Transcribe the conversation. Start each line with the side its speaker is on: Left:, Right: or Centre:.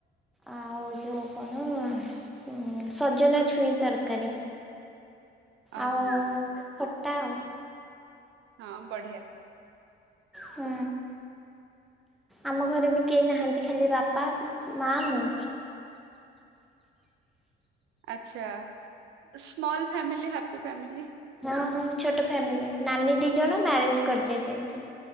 Centre: ଆଉ ଯୋଉ କଣ ଉଁ ସଜନା ଛୁଇଁ ତରକାରୀ।
Right: <unintelligible>
Centre: ଆଉ
Right: ହଁ।
Centre: ଖଟା ଆଉ।
Right: ହଁ ବଢିଆ।
Centre: ହୁଁ। ଆମ ଘରେ ବି କେହି ନାହାନ୍ତି। ଖାଲି ବାପା ମା ମୁଁ।
Right: ଆଛା ସ୍ମଲ ଫ୍ୟାମିଲି ହାପି ଫ୍ଯାମିଲି।
Centre: ହଁ ଉ ଛୋଟ ଫ୍ୟାମିଲି ନାନୀ ଦି ଜଣ ମ୍ୟାରେଜ କରି ଯାଇଛନ୍ତି।